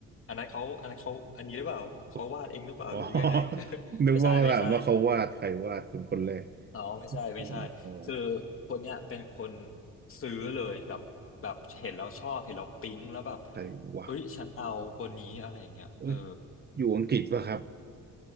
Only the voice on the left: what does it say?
อันนั้นเขาอันนั้นเขาอันนี้หรือเปล่าเขาวาดเองหรือเปล่าหรือยังไง
<laughs>
ไม่ใช่ไม่ใช่ อ๋อไม่ใช่ไม่ใช่คือ
คนเนี้ยเป็นคนซื้อเลยแบบแบบเห็นแล้วชอบเห็นแล้วปิ๊งแล้วแบบ
เอ้ยฉันเอาคนนี้อะไรอย่างเงี้ยเออ